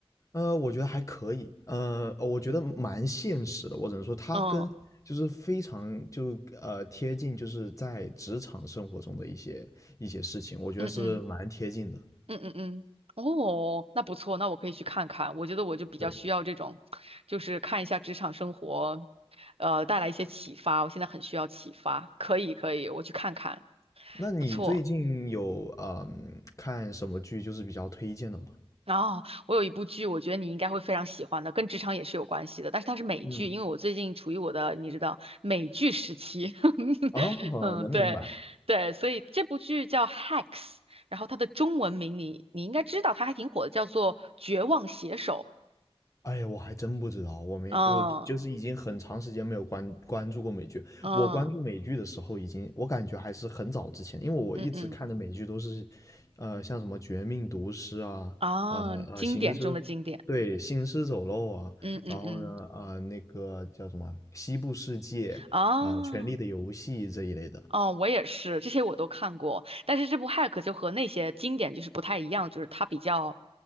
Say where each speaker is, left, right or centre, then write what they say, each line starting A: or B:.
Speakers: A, on the left (about 30°); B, on the right (about 75°).
A: 呃，我觉得还可以，呃，我觉得蛮现实的，我只能说它跟就是非常就呃贴近，
B: 嗯
A: 就是在职场生活中的一些一些事情，我觉得是蛮贴近的，
B: 嗯嗯嗯嗯嗯，哦，那不错，那我可以去看看。我觉得我就比较需要这种，
A: 对。
B: 就是看一下职场生活，呃，带来一些启发。我现在很需要启发，可以可以，我去看看，
A: 那你最近有嗯看什么剧就是比较推荐的吗？
B: 不错。哦，我有一部剧，我觉得你应该会非常喜欢的，跟职场也是有关系的，但是它是美剧，
A: 嗯，
B: 因为我最近处于我的，你知道，美剧时期。<laughs>
A: 哦，
B: 嗯，
A: <laughs> 能明白。
B: 对，对，所以这部剧叫《Hacks》，然后它的中文名你你应该知道，它还挺火的，叫做《绝望写手》。
A: 哎呀，我还真不知道，我没，
B: 嗯
A: 我就是已经很长时间没有关关注过美剧。
B: 嗯
A: 我关注美剧的时候，已经我感觉还是很早之前，因为我一直看的美剧都是，
B: 嗯嗯
A: 呃，像什么《绝命毒师》啊，
B: 啊，
A: 呃呃，
B: 经典中的经典。
A: 行尸，对，行尸走肉啊，
B: 嗯嗯嗯
A: 然后呢，呃，那个叫什么《西部世界》啊，
B: 啊。
A: 《权力的游戏》这一类的。
B: 哦哦，我也是，这些我都看过，但是这部《Hack》就和那些经典就是不太一样，就是它比较，